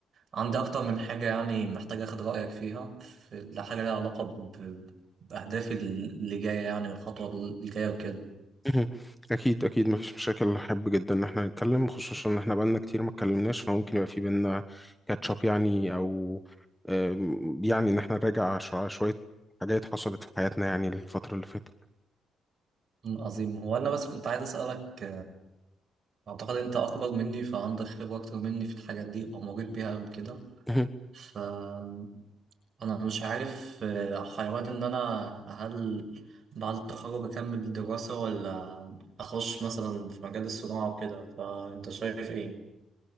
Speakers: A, on the right; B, in the centre.
A: عندي اكتر من حاجة يعني محتاج اخد رأيك فيها في حاجة ليها علاقة ب... بأهدافي اللي جاية يعني والخطوة الجاية وكده
B: مهم. <laughs> اكيد اكيد مفيش مشاكل احب جدا ان احنا نتكلم خصوصا ان احنا بقالنا كتير ما اتكلمناش فممكن يبقى في بينا كاتشاب يعني او آم، يعني ان احنا نراجع شو- شويه حاجات حصلت في حياتنا يعني الفترة اللي فاتت
A: أمم، عظيم هو انا بس كنت عايز اسألك أعتقد أنت أكبر مني فعندك خبرة أكتر مني في الحاجات دي أو مريت بيها قبل كده
B: مهم.
A: فأنا مش عارف آه، حيوان إن أنا هل بعد التخرج أكمل دراسة ولا أخش مثلا في مجال الصناعة وكده فأنت شايف إيه؟